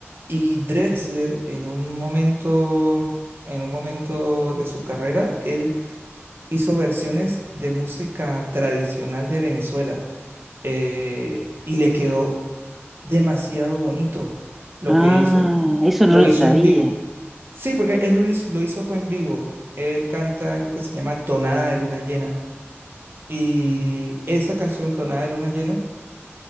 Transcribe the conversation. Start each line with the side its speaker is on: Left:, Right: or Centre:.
Right: Y Drexler en un momento, en un momento de su carrera, él hizo versiones de música tradicional de Venezuela eh, y le quedó demasiado bonito lo
Centre: Ah,
Right: que hizo.
Centre: eso
Right: Lo
Centre: no lo
Right: hizo
Centre: sabía.
Right: en vivo. Sí, porque él lo hiz- lo hizo fue en vivo. Él canta algo que se llama Tonada de Luna Llena. Y esa canción, Tonada de Luna Llena,